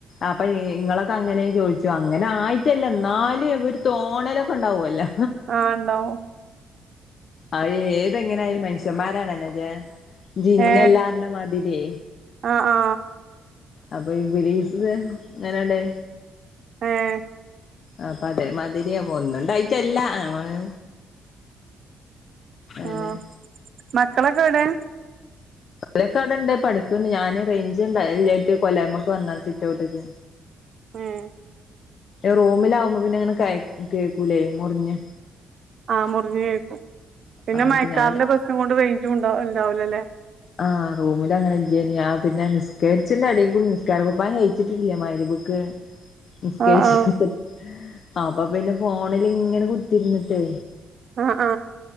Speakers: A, on the left; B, on the right.
A: അപ്പൊ ഇങ്ങളൊക്കെ അങ്ങനെ ചോദിച്ചു അങ്ങനെ ആയിട്ടല്ല എന്നാലും എ ഒരു തോണലൊക്കെ ഉണ്ടാവോല്ലോ.
B: ആണ്ടാവും.
A: അ ഏതെങ്ങനെയായാലും മനുഷ്യന്മാരാണ്ലോ ജിന്ന്ല്ലാ
B: ഏ
A: പറഞ മാതിരി.
B: ആ ആ
A: അപ്പൊ ഈബ്ലിസ് എങ്ങനൊണ്ട്.
B: ഏ
A: അപ്പ അതേമാതിരി അ ഒന്നുംണ്ടായിട്ടല്ല. നമ്മള്
B: ആഹ
A: അന്നെ
B: മക്കളൊക്കെവിടെ.
A: ളൊക്കെഅവടണ്ട് പഠിക്ക്ണ്ട് ഞാൻ റേഞ്ച് ഇലയ്റ്റ്ട്ട് കൊല്ലായ്മക്ക് വന്നാ സിറ്റ് ഔട്ട്ക്ക്.
B: ഉം
A: റൂമിലാവകുമ്പോ പിന്നെങ്ങനെ കേൾക്കൂല മുറിഞ്ഞ്.
B: ആഹ് മുറിഞ്ഞഞ് കേക്കും. പിന്നെ
A: ആ
B: മഴക്കാറിന്റെ
A: അപ്പൊ ഞാന്
B: പ്രശ്നം കൊണ്ട് റെയിഞ്ചും ഉണ്ടാവും ഉണ്ടാവൂലേല അല്ലെ
A: ആഹ റൂമില അങ്ങനെല്ല ഞാ പിന്നെ നിസ്കരിച്ചിണ്ട് ഇടെക്കൂടി നിസ്കാര കുപ്പായം കഴിച്ചിട്ടില്ല മഗ്രി രിബിക്ക്. <inaudible> നിസ്കരിചിട്ട്
B: ആഹ് ആഹ്
A: അപ്പൊ പിന്നെ ഫോണിൽ ഇങ്ങനെ കുത്തിരുന്നിട്ടേ.
B: അ ഹാ